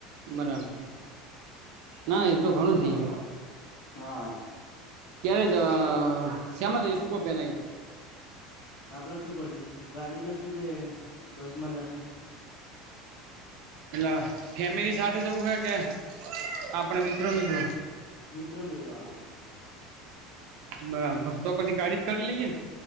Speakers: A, on the right; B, on the left.
A: બરાબર ના એટલું ઘણું થઇ ગયું.
B: હા.
A: ત્યારે જ શ્યામા જઈશું કો પેલા ઇતો.
B: આપડે શું કરશું ગાડી કરશું કે બસ માં જશુ.
A: એટલા ફેમિલી સાથે જવું હે કે આપડે મિત્રો મિત્રો.
B: મિત્રો મિત્રો આપડે.
A: બરાબર તો પછી ગાડી જ કરી લઈએ ને.